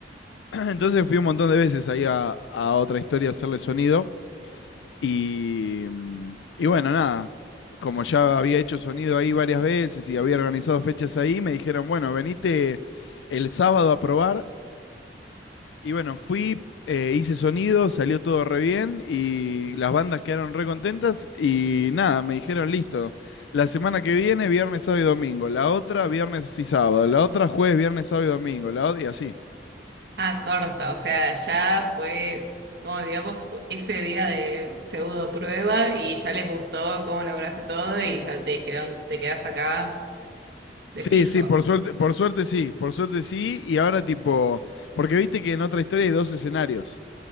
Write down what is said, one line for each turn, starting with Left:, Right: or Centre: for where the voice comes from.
Left: <clears throat> Entonces fui un montón de veces ahí a, a otra historia a hacerle sonido y, mm, y bueno, nada. Como ya había hecho sonido ahí varias veces y había organizado fechas ahí, me dijeron, bueno, venite el sábado a probar Y bueno, fui, eh, hice sonido, salió todo re bien y las bandas quedaron re contentas y nada, me dijeron listo. La semana que viene, viernes, sábado y domingo. La otra, viernes y sábado. La otra, jueves, viernes, sábado y domingo. La otra, y así.
Right: Ah, corta, o sea, ya fue como digamos ese día de pseudo prueba y ya les gustó cómo lograste todo y ya te dijeron te quedas acá
Left: Sí,
Right: de fijo.
Left: sí, por suerte, por suerte sí, por suerte sí. Y ahora tipo, porque viste que en otra historia hay dos escenarios.